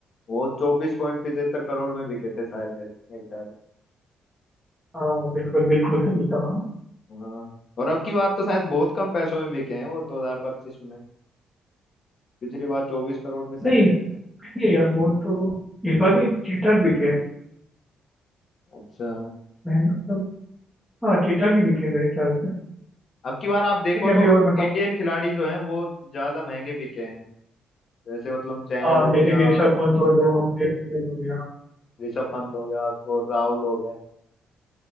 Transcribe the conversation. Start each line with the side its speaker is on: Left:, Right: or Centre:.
Left: वो चौबीस पॉइंट पिछहत्तर करोड़ में बिके थे शायद मेरे मेरे ख्याल में
Centre: हाँ बिल्कुल बिल्कुल सही जवाब
Left: हाँ और अब की बार तो शायद बहुत कम पैसों में बिके हैं वो 2025 में पिछली बार चौबीस करोड़ में चले
Centre: नहीं
Left: गए
Centre: नहीं
Left: थे
Centre: यार वो तो इस बार भी ठीक ठाक बिके हैं।
Left: अच्छा
Centre: महंगा हाँ ठीक ठाक ही बिके मेरे ख्याल से
Left: अब की बार आप देखो
Centre: ठीक है
Left: तो
Centre: अभी और बताओ
Left: इंडियन खिलाड़ी जो हैं वो ज्यादा महंगे बिके हैं जैसे मतलब चहल
Centre: हाँ
Left: हो
Centre: जैसे
Left: गया
Centre: कि
Left: और
Centre: ऋषभ पंत
Left: वो
Centre: हो गया प्लेयर प्लेयर हो गया
Left: ऋषभ पंत हो गया और राहुल हो गया